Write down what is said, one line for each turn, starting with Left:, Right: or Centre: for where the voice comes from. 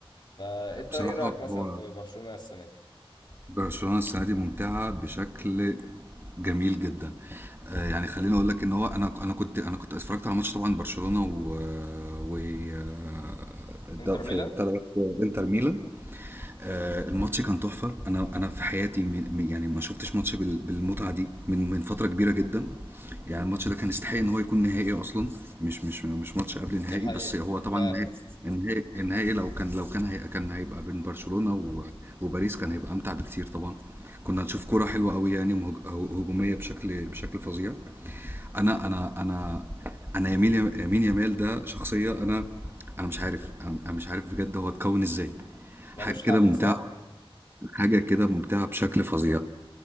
Left: فانت
Right: بصراحه
Left: ايه رايك مثلا
Right: هو
Left: في برشلونه السنه دي
Right: برشلونه السنه دي ممتعه بشكل جميل جدا آه، يعني خليني اقول لك ان هو انا انا كنت انا كنت اتفرجت على ماتش طبعا برشلونة و آه، و آه، الد-
Left: انتر
Right: في
Left: ميلان
Right: بتاع دوت انتر ميلان آه، الماتش كان تحفة أنا أنا في حياتي من- من- يعني ما شفتش ماتش بال- بالمتعة دي من من فترة كبيرة جدا يعني الماتش ده كان يستحق إن هو يكون نهائي أصلا مش مش مش ماتش قبل نهائي
Left: دي حقيقه
Right: بس هو طبعا
Left: فعلا
Right: النهائي النهائي النهائي لو كان لو كان هي كان هيبقى بين برشلونة و- وباريس كان هيبقى أمتع بكتير طبعا كنا هنشوف كرة حلوة قوي يعني مهج- هو- هجومية بشكل بشكل فظيع أنا أنا أنا أنا يمين يمين يمال ده شخصية أنا انا مش عارف انا أنا مش عارف بجد هو اتكون ازاي
Left: ملوش
Right: حاجه كده
Left: حل
Right: ممتعه
Left: صح
Right: حاجة كده ممتعة بشكل فظيع